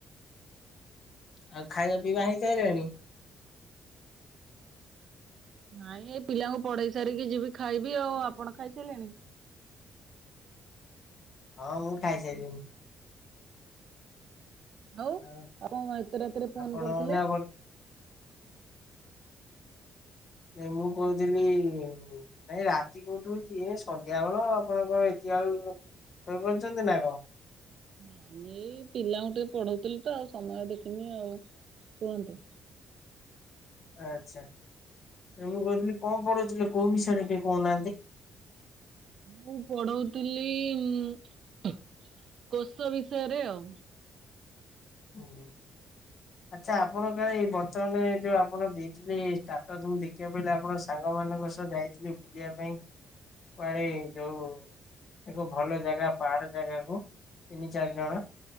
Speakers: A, on the left; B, on the right.
A: ଆଉ ଖାଇବା ପିଇବା ହେଇସାଇଲାଣି?
B: ନାଇଁ ଏ ପିଲାଙ୍କୁ ପଢେଇ ସାରିକି ଯିବି ଖାଇବି ଆଉ। ଆପଣ ଖାଇସାଇଲେଣି?
A: ହଁ ମୁଁ ଖାଇସାଇଲିଣି।
B: ହଉ ଆପଣ
A: ଆଉ
B: କଣ ଏତେ ରାତିରେ ଫୋନ୍
A: ଆପଣ
B: କରିଥିଲେ?
A: ଏଇନା ବ ଏ ମୁଁ କହୁଥିଲି ଏ ରାତି କୋଉଠୁ ହେଇଚି ଏ ସନ୍ଧ୍ୟା ବେଳ ଆପଣ କଣ ଏତିକା ବଳୁ ଶୋଇପଡଛନ୍ତି ନା କ?
B: ନାଇଁ ଏଇ ପିଲାଙ୍କୁ ଟିକେ ପଢଉଥିଲି ତ ଆଉ ସମୟ ଦେଖିନି ଆଉ କୁହନ୍ତୁ।
A: ଆଚ୍ଛା ଏ ମୁଁ କହୁଥିଲି କଣ ପଢୁଉଥିଲେ କୋଉ ବିଷୟରେ ଟିକେ କହୁନାହାନ୍ତି?
B: ମୁଁ ପଢଉଥିଲି ଉଁ, କୋଷ ବିଷୟରେ ଆଉ।
A: ଓ ହଁ ଆଚ୍ଛା ଆପଣ ଏଇ ବର୍ତ୍ତମାନେ ଯୋଉ ଆପଣ ଦେଇଥିଲେ ଷ୍ଟାଟସ୍ ମୁଁ ଦେଖିବାକୁ ପାଇଲି ଆପଣ ସାଙ୍ଗମାନଙ୍କ ସହ ଯାଇଥିଲେ ବୁଲିବା ପାଇଁ କୁଆଡେ ଯୋଉ ଏକ ଭଲ ଜାଗା ପାହାଡ ଜାଗାକୁ ତିନି ଚାରି ଜଣ।